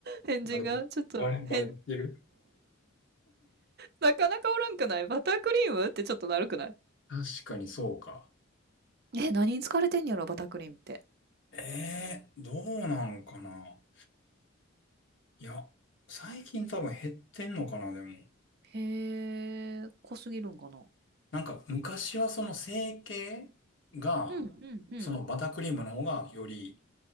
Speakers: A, on the right; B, on the left.
A: 変人がちょっと変。
B: バレ、バレ、バレてる
A: なかなかおらんくないバタークリームってちょっとなるくない
B: 確かにそうか。
A: え、何に使われてんやろ、バタークリームって。
B: ええー、どうなんかな。いや、最近多分減ってんのかな、でも。
A: へえ、濃すぎるんかな。
B: なんか昔はその成形が、
A: うん、うん、うん。
B: そのバタークリームの方がより、